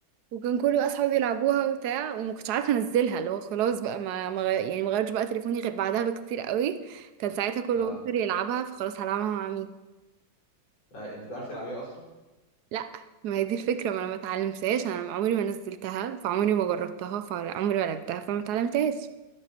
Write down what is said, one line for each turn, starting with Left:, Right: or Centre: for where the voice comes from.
Right: وكان كل بقى اصحابي بيلعبوها وبتاع وما كنتش عارفه انزلها اللي هو خلاص بقى ما ما غير- يعني ما غيرتش بقى تليفوني غير بعدها بكتير قوي كان ساعتها كله
Left: اه
Right: بطل يلعبها فخلاص هلعبها مع مين
Left: آه، انت بتعرف تلعبيها اصلا
Right: لا ما هي دي الفكره ما انا ما اتعلمتهاش انا عمري ما نزلتها فعمري ما جربتها فعمري ما لعبتها فما اتعلمتهاش